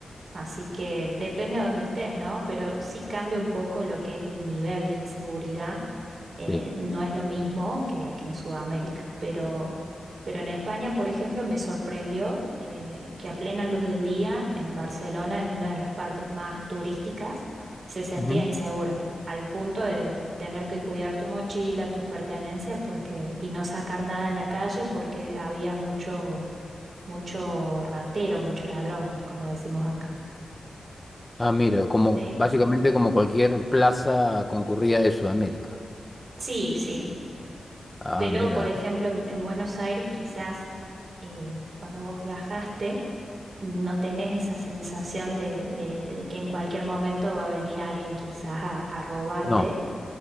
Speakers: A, on the right; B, on the left.
A: así que depende a dónde estés, ¿no? Pero sí cambia un poco lo que es el nivel de inseguridad, eh,
B: Sí.
A: no es lo mismo que, que en Sudamérica, pero pero en España, por ejemplo, me sorprendió eh, que a plena luz del día, en Barcelona, en una de las partes más turísticas, se sentía
B: Ujú.
A: inseguro, al punto de tener que cuidar tu mochila, tus pertenencias, porque, y no sacar nada en la calle porque había mucho, mucho ratero, mucho ladrón, como decimos acá.
B: Ah, mira, como
A: Sí,
B: básicamente como cualquier plaza concurrida de Sudamérica.
A: sí, sí.
B: Ah,
A: Pero,
B: mira.
A: por ejemplo, en, en Buenos Aires quizás eh, cuando vos viajaste no tenés esa sensación de, de- de que en cualquier momento va a venir alguien quizás a, a robarte.
B: No,